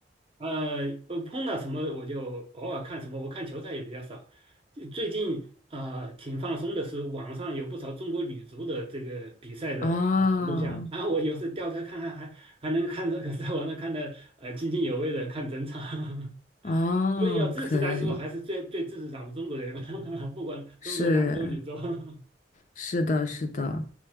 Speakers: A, on the right (about 30°); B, on the left (about 45°).
A: 呃，呃碰到什么我就偶尔看什么，我看球赛也比较少。最最近啊、呃挺放松的是，网上有不少中国女足的这个比赛的呃录像，
B: 哦，
A: 然后我有时调出来看看还，还能看这个 <laughs> 在网上看的呃津津有味的看整场。<laughs>
B: 哦，
A: 所以要支持来说，
B: 可以，
A: 还是最最支持咱们中国人吧，<laughs> 不管中国男足、
B: 是，
A: 女足，<laughs>
B: 是的，是的。